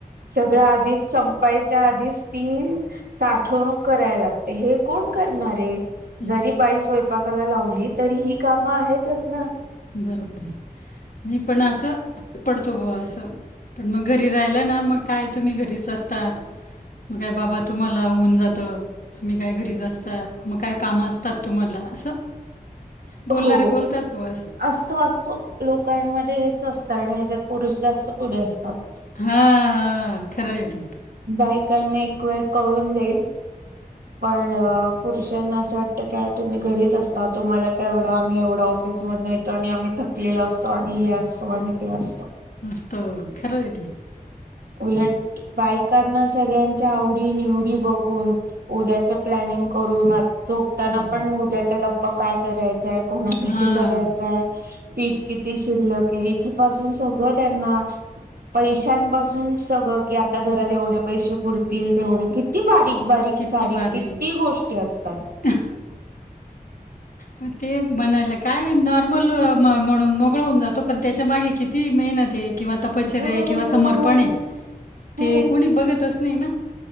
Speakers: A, on the right; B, on the left.
A: सगळं आधीच संप पाईच्या आधीच तीऊन साठवणूक करायला लागते हे कोण करणारे?
B: ती
A: जरी बाई स्वयंपाकाला लावली तरी ही कामं आहेतच ना?
B: बरोबर आहे नाही पण असं फरक पडतो ब असं पण मग घरी राहिलं ना मग काय तुम्ही घरीच असतात. मग काय बाबा तुम्हाला होऊन जातं. तुम्ही काय घरीच असतात मग काय कामं असतात तुम्हाला असं. बोलणारे
A: हो
B: बोलतात व्हा असं.
A: असतो असतो. लोकांमध्ये हेच असतं आणि ह्याच्यात पुरुष जास्त पुढे असतात.
B: हां हां खरं आहे ते
A: बायकांना एक वेळ कळून जाईल. पण पुरुषांना असं वाटतं काय तुम्ही घरीच असता तुम्हाला काय एवढं आम्ही एवढा ऑफिसमध्ये येतो आणि आम्ही. थकलेला असतो आणि हे असतो आणि ते असतो.
B: मस्त खेर येत.
A: उलट बायकांना सगळे आवडी निवडी बघून उद्याच प्लनिंग करून झोपताना
B: करून
A: पण त्याचा डब्बा काय करायचाय कोणासाठी
B: हां
A: करायचाय. पीठ किती शिल्लक आहे इथे पाासून सगळं त्यांना पैशांपासून सगळं की आता घरात एवढे पैसे पुरतील तेवढे किती बारीक बारीक
B: किती
A: सारीक
B: बारीक
A: किती गोष्टी असतात.
B: <inaudible> पण ते बनायला काय नॉर्मल म्हणून मोगळ होऊन जातो पण त्याच्या मागे किती मेहनत आहे किंवा अपचर
A: हो
B: आहे किंवा
A: हो
B: समर्पण आहे
A: हो
B: ते कोणी बघतच नाही ना